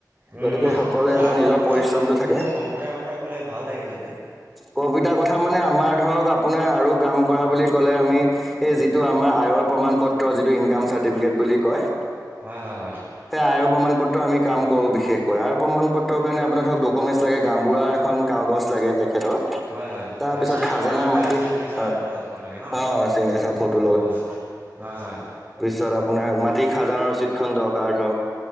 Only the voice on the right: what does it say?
উম
পিছে
আৰু
আপুনি
অলপ
মোক কম্পিউটাৰ কথা ক'লে ভাল লাগিলেঁতেন।
হয়, হয়, হয়,
হয় হয়
হয় চাৰে
মানে
চিগনেচাৰ
সৈতে আৰ চি খন লাগে ন
হয় হয়। হয় হয়।